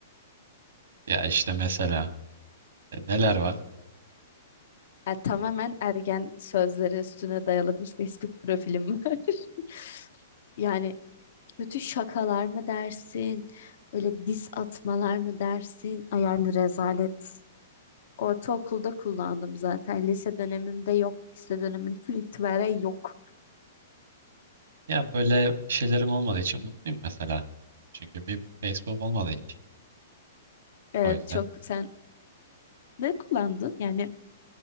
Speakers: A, on the right; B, on the left.
A: Ya işte mesela e, neler var?
B: Ya, tamamen ergen sözleri üstüne dayalı bir Facebook profilim var. <laughs> Yani kötü şakalar mı dersin? Öyle diss atmalar mı dersin? Ay yani rezalet. Ortaokulda kullandım zaten. Lise dönemimde yok. Lise döneminden <laughs> itibaren yok.
A: Ya böyle şeylerim olmadığı için mutluyum mesela. Çünkü bir Facebook olmadı hiç.
B: Evet
A: O yüzden
B: çok sen Ne kullandın? Yani